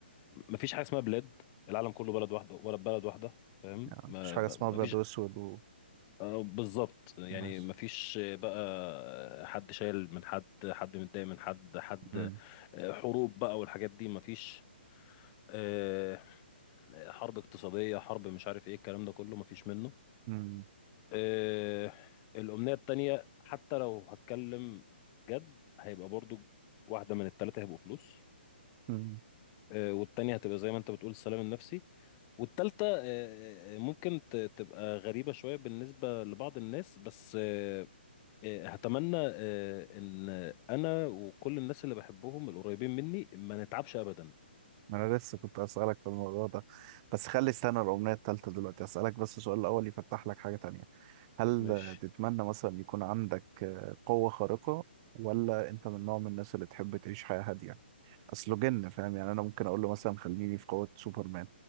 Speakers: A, on the left (about 30°); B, on the right (about 35°).
A: مفيش حاجة اسمها بلاد العالم كله بلد واحدة ولا بلد واحدة فاهم
B: يعني
A: ما-
B: مفيش حاجه
A: ما-
B: اسمها
A: مفيش
B: ابيض واسود و...
A: آه، بالظبط يعني
B: ماشي
A: مفيش بقى حد شايل من حد حد متضايق من حد حد
B: مم.
A: آه، حروب بقى والحاجات دي مفيش آه، حرب اقتصادية حرب مش عارف ايه الكلام ده كله مفيش منه
B: مم.
A: آه، الأمنية التانية حتى لو هتكلم جد هيبقى برضو واحدة من التلاتة هيبقوا فلوس
B: مم.
A: آه، والتانية هتبقى زي ما انت بتقول السلام النفسي والتالتة آه، آه، آه، ممكن ت- تبقى غريبة شوية بالنسبة لبعض الناس بس آه، إيه، هتمنى آه، ان انا وكل الناس اللي بحبهم القريبين مني ما نتعبش ابدا
B: ما انا لسه كنت اسالك في الموضوع ده بس خلي استنى الاغنيه التالتة دلوقتي اسالك بس السؤال الاول يفتح لك حاجه تانية هل
A: مش
B: آه، تتمنى مثلا يكون عندك آه، قوه خارقه ولا انت من نوع من الناس اللي تحب تعيش حياه هاديه اصله جن فاهم يعني انا ممكن اقول له مثلا خليني في قوة سوبرمان